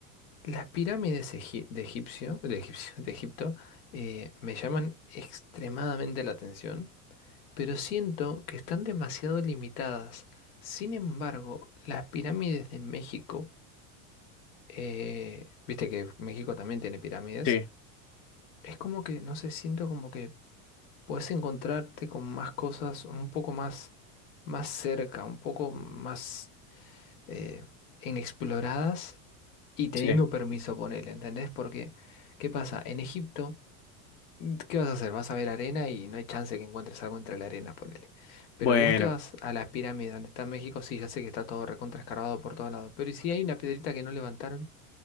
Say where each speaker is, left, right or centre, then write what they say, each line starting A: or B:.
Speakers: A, on the left; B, on the left.
A: Las pirámides egip- de egipcio, de egipcio, de Egipto, eh, me llaman extremadamente la atención, pero siento que están demasiado limitadas. Sin embargo, las pirámides de México, eh, viste que México también tiene pirámides,
B: Sí,
A: es como que, no sé, siento como que puedes encontrarte con más cosas un poco más, más cerca, un poco más eh, inexploradas y teniendo
B: sí.
A: permiso, ponele, ¿entendés? Porque, ¿qué pasa? En Egipto, ¿qué vas a hacer? Vas a ver arena y no hay chance que encuentres algo entre la arena, ponele. Pero
B: Bueno,
A: vos te vas a las pirámides donde está México, sí, ya sé que está todo recontra escarbado por todos lados, pero ¿y si hay una piedrita que no levantaron?